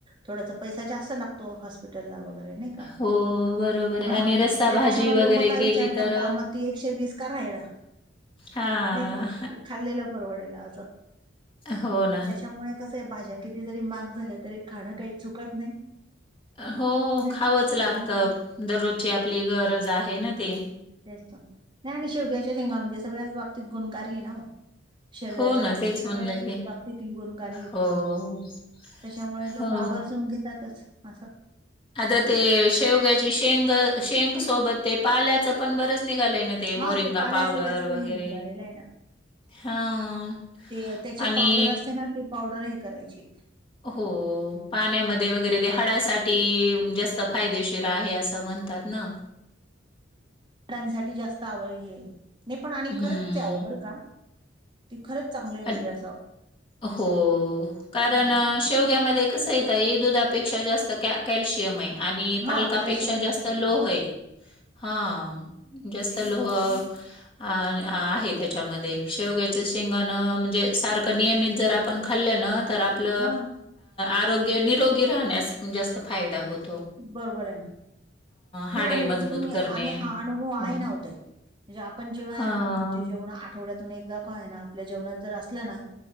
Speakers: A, on the right; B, on the left.
A: थोडासा पैसा जास्त लागतो हॉस्पिटलला वगैरे. नाही का
B: हो बरोबर आहे
A: हम्म
B: आणि रस्सा
A: त्याच्यापेक्षा
B: भाजी
A: मग
B: वगैरे
A: लोकं काय
B: केली
A: विचार करता
B: तर अ,
A: मग त एकशे वीस का राहे ना
B: हां.
A: नाही का ते खाल्लेल परवडेल असं
B: हो ना.
A: त्याच्या त्यामुळे कसंय भाज्या किती जरी महाग झाल्या तरी खाणं काही चुकत नाही
B: हो
A: नाही
B: खावंच
A: का
B: लागतं
A: हम्म
B: दररोजची आपली गरज आहे ना ते.
A: तेचत नाही आणि शेवग्याच्या शेंगा म्हणजे सगळ्याच बाबतीत गुणकारी है ना ओ. शरीराच्या
B: हो ना
A: बाबतीत
B: तेच
A: सगळ्याच
B: म्हणलं
A: ठी
B: की.
A: बाबतीत गुणकारीये
B: हो,
A: त्या.
B: <inaudible>
A: त्याच्यामुळे
B: हो.
A: लोक आवर्जून घेतातच असं.
B: आता ते शेवग्याची शेंग शेंग सोबत ते पाल्याचं पण बरच निघालाय ना
A: हा
B: मोरिंगा
A: ते पाल्याचं
B: पावडर
A: जास्त
B: वगैरे.
A: हे निघालेलं आहे ना.
B: हां.
A: ते त्याची
B: आणि
A: पावडर असते ना ती पावडर हे करायची.
B: हो पाण्यामध्ये वगैरे ते हाडासाठी जास्त फायदेशीर आहे असं म्हणतात न.
A: हांडासाठी जास्त आवय हे नाही पण आणि
B: हं.
A: खरंच च आहे आवो बर का ती खरंच चांगलं आहे
B: अन
A: म्हणजे असं.
B: हो कारण
A: हम्म
B: अ. शेवग्यामध्ये कसंय ताई दुधापेक्षा जास्त कॅ कॅल्शियम आहे. आणि
A: हा
B: पालकापेक्षा
A: कॅल्शियम
B: जास्त
A: नाही
B: लोहय. हा जास्त लोह अ अ आहे त्याच्यामध्ये शेवग्या. शेंगा ना म्हणजे सारख नियमित जर आपण खाल् ना तर आपल.
A: हा
B: आरोग्य निरोगी राहण्यास जास्तं फायदा होतं.
A: बरोबर आहे ना,
B: हाडे
A: नाही आणि
B: मजबूत
A: त
B: करणे
A: आणि हा अनुभव
B: हो
A: आहे
B: ना.
A: नव ताई. म्हणजे आपण जेव्हा आहे
B: हां.
A: ना म्हणजे जे जेवणा अट. आठवड्यातून एकदा का होईना आपल्या जेवणात जर असलना